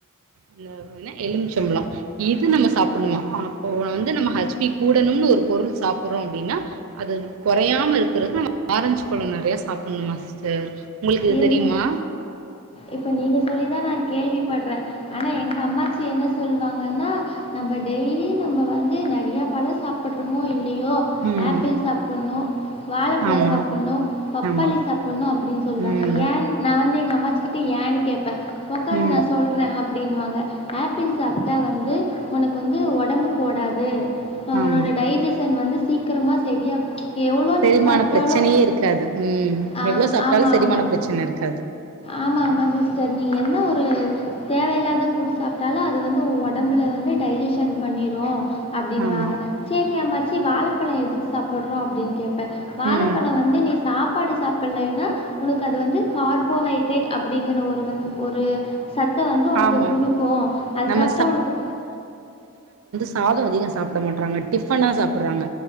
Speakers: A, on the right; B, on the left.
A: இந்த என்ன எலுமிச்சம்பழ இது நம்ம சாப்புட்ணுமா அப்போ வந்து நம்ம ஹச் பி கூடணும்னு ஒரு பொருள் சாப்புறோம் அப்பிடின்னா அது கொறையாம இருக்கறதுக்கு நம்ம ஆரஞ்சு நவாப்பழம் நெறைய சாப்புணுமா சிஸ்டர் உங்களுக்கு இது
B: இருங்க
A: தெரியுமா
B: இப்ப நீங்க சொல்லிதா நா கேள்விப்பட்ற ஆனா எங்க அம்மாச்சி என்ன சொல்லுவாங்கன்னா நம்ம டெய்லியும் நம்ம வந்து நெறையா பழ சாப்புடுறோமோ இல்லியோ
A: ம்
B: ஆப்பிள் சாப்புட்ணு வாழப்பழ
A: ஆமா
B: சாப்புட்ணு பப்பாளி
A: ஆமா
B: சாப்புட்ணு அப்டின் சொல்லுவாங்க
A: ம்
B: ஏன் நா வந்து எங்க அம்மாச்சிக்கிட்ட ஏன்னு கேப்ப ஒக்காரு
A: ம்
B: நா சொல்ற அப் பிடின்னுவாங்க ஆப்பிள் சாப்ட்டா வந்து ஒனக்கு வந்து உடம்பு போடாது ஆ
A: ஆமா
B: உன்னோட டைஜிசன் வந்து சீக்கிரமா செரியா எவ்ளோ
A: செரிமான
B: நீ சாப்ட்டாலோ
A: பிரச்சனையே இருக்காது ம்
B: ஆ
A: எவ்ளோ சாப்ட்டாலு
B: ஆமா
A: செரிமான
B: ஆமா
A: பிரச்சன இருக்காது
B: ஆமா ஆமா சிஸ்டர் நீ என்ன ஒரு தேவையில்லாத ஃபுட் சாப்ட்டாலும் அத வந்து ஒ ஒடம்புல வந்து டைஜிசன் பண்ணிரும் அப்பிடின்னுவாங்க
A: ஆமா
B: செரி அம்மாச்சி வாழப்பழ எதுக்கு சாப்புடுறோ அப்பிடின்னு கேப் ப வாழப்பழ
A: ம்
B: வந்து நீ சாப்பாடு சாப்புலைன்னா உனக்கு அது வந்து கார்போஹைட்ரேட் அப்பிடிங்கிற ஒரு வந்து ஒரு சத்த வந்து ஒனக்கு
A: ஆமா
B: குடுக்கும் அது
A: நம்ம
B: சாப்ட்டா ஒனக்கு
A: சாத அதிக சாப்ட மாட்றாங்க டிஃபனா சாப்புறாங்க